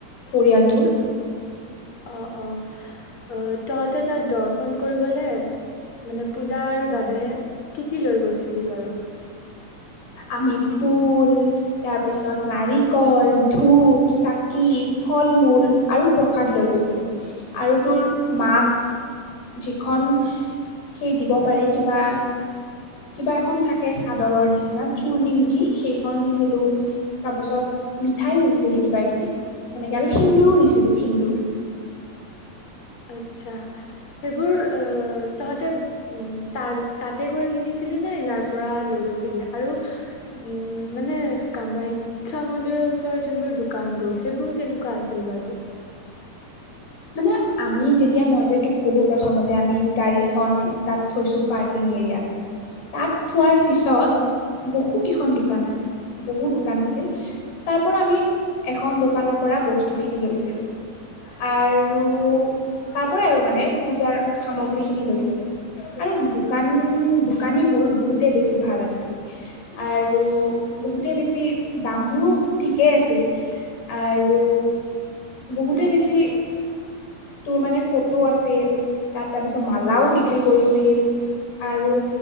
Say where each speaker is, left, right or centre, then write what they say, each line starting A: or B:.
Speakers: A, on the left; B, on the left.
A: পৰিয়ালটোৰ
B: অ অ অ তহঁতে তাত দৰ্শন কৰিবলে মানে পূজাৰ বাবে কি কি লৈ গৈছিলি বাৰু?
A: আমি ফুল তাৰপিছত নাৰিকল ধূপ চাকি ফল মূল আৰু প্ৰসাদ লৈ গৈছিলোঁ আৰু তোৰ মাক যিখন সেই দিব পাৰি কিবা কিবা এখন থাকে চাদৰৰ নিচিনা চূৰ্ণি নেকি? সেইখন নিছিলোঁ, তাৰপিছত মিঠাইও নিছিলোঁ কিবা কিবি, তেনেকে আৰু সিন্দুৰো নিছিলোঁ সিন্দুৰ।
B: <inaudible> আটচ্চা সেইবোৰ অ তহঁতে উ তাতে গৈ কিনিছি ইয়াৰ পৰা লৈ গৈছিলি আৰু উম মানে কামাখ্যা মন্দিৰৰ ওচৰৰ যোনবোৰ দোকানবোৰ সেইবোৰ কেনেকুৱা আছিল বাৰু?
A: মানে আমি যেতিয়া মই যে তোক ক'লো প্ৰথমতে আমি গাড়ীখন তাত থৈছো পাৰ্কিং এৰীয়াত তাত থোৱাৰ পিছত বহু কেইখন দোকান আছিল বহু দোকান আছিল। তাৰ পৰা আমি এখন দোকানৰ পৰা বস্তুখিনি লৈছিলোঁ আৰু।
B: <inaudible>
A: তাৰ পৰাই আৰু মানে পূজাৰ সামগ্ৰী খিনি লৈছিলো। আৰু দোকান দোকানীবোৰ বহুতে বেছি ভাল আছে। আৰু বহুতেই বেছি দামবোৰো ঠিকেই আছিল। আৰু বহুতেই বেছি তোৰ মানে ফটো আছিল, তাত তাৰপিছত মালাও বিক্ৰী কৰিছিল। আৰু